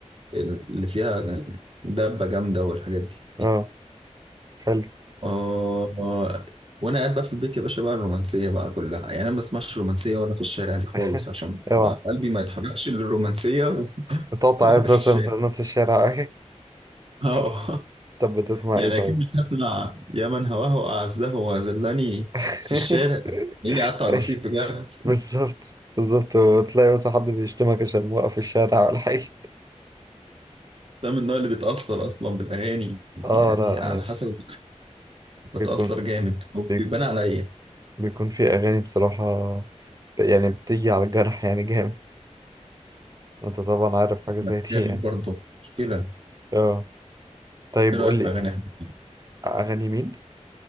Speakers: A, on the right (about 50°); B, on the right (about 30°).
A: اللي فيها دبه جامده والحاجات دي
B: اه حلو
A: آه وانا قاعد بقى في البيت يا باشا بقى الرومانسيه بقى كلها يعني انا ما بسمعش رومانسيه وانا في الشارع دي خالص
B: <laughs>
A: عشان
B: اوعى
A: بقى قلبي ما يتحركش للرومانسيه و- <laughs>
B: بتقعد تعيط
A: وانا في
B: مثلا
A: الشارع
B: في نص الشارع
A: اه
B: <laughs> طب بتسمع
A: يعني
B: ايه طيب
A: اكيد مش هسمع يا من هواه اعزه وذلني
B: <laughs>
A: في الشارع لاني قعدت على الرصيف
B: أي،
A: بجد
B: بالظبط بالظبط وتلاقي مثلا حد بيشتمك عشان موقف في الشارع ولا حاجة
A: بس أنا من النوع اللي بيتاثر اصلا بالاغاني
B: اه
A: يعني
B: لا لا،
A: على
B: يعني
A: حسب بتاثر
B: بيكون
A: جامد وبيبان
B: بيكون
A: عليا
B: بيكون في أغاني بصراحة يعني بتيجي على الجرح يعني جامد وانت طبعا عارف حاجة
A: أحمد
B: زي دي
A: كامل
B: يعني
A: برضه مشكله
B: اه طيب
A: ايه
B: قول
A: رايك
B: لي
A: في اغاني احمد كامل
B: أغاني مين؟